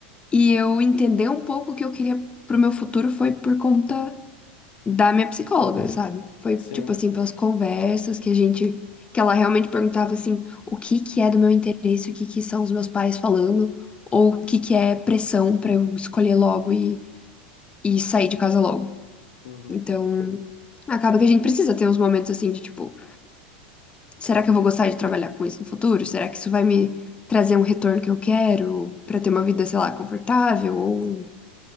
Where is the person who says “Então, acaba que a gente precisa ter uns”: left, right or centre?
Left